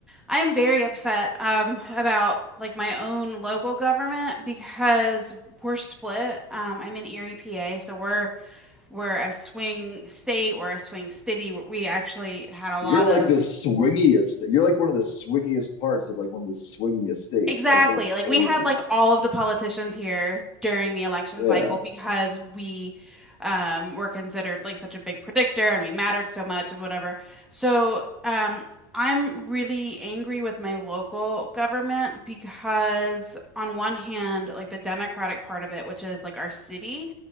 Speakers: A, in the centre; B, on the left (about 50°).
A: I'm very upset um about like my own local government because we're split. Um, I'm in Erie, PA, so we're we're a swing state, we're a swing city. We actually had a lot
B: You're like
A: of
B: the swingiest. You're like one of the swingiest parts of like one of the swingiest states.
A: Exactly.
B: Like that's
A: Like
B: crazy.
A: we had like all of the politicians here during the election
B: Yeah.
A: cycle because we um were considered like such a big predictor and we mattered so much and whatever. So, um I'm really angry with my local government because on one hand, like the Democratic part of it, which is like our city,